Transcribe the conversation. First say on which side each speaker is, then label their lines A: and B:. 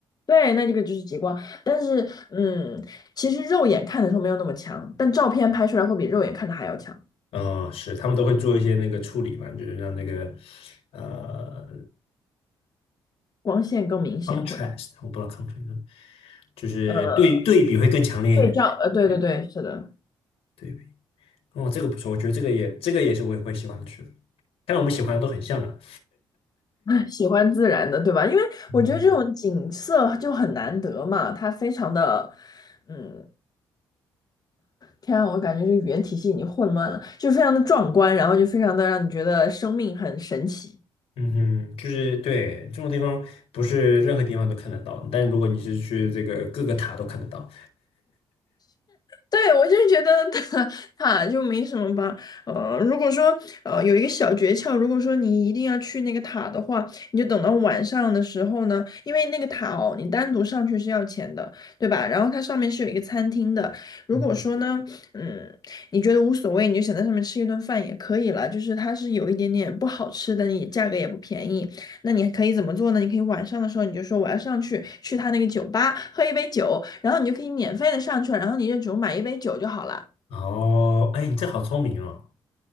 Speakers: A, on the left; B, on the left.
A: 对，那这个就是极光，但是嗯，其实肉眼看的时候没有那么强，但照片拍出来会比肉眼看的还要强。
B: 嗯、是，他们都会做一些那个处理嘛，就是让那个呃
A: 光线更明显会，
B: contrast，我不知道 contrast，就是对对比会更强烈一点。
A: 呃，会照，呃，对对对，
B: 对。
A: 是的，
B: 对比，哦，这个不错，我觉得这个也这个也是我也会喜欢去的。看来我们喜欢的都很像啊。
A: <laughs> 喜欢自然的，对吧？因为我觉得这种景色就很难得嘛，
B: 嗯，
A: 它非常的，嗯，天啊，我感觉这语言体系已经混乱了，就非常的壮观，然后就非常的让你觉得生命很神奇。
B: 嗯哼，就是对这种地方不是任何地方都看得到，但如果你是去这个各个塔都看得到。
A: 对，我就是觉得塔他就没什么吧。呃，如果说呃有一个小诀窍，如果说你一定要去那个塔的话，你就等到晚上的时候呢，因为那个塔哦，你单独上去是要钱的，对吧？然后它上面是有一个餐厅的。如果说呢，
B: 嗯
A: 嗯，你觉得无所谓，你就想在上面吃一顿饭也可以了。就是它是有一点点不好吃的，你价格也不便宜。那你可以怎么做呢？你可以晚上的时候你就说我要上去去他那个酒吧喝一杯酒，然后你就可以免费的上去了，然后你就只用买一杯酒就好了。
B: 哦，哎，你这好聪明哦。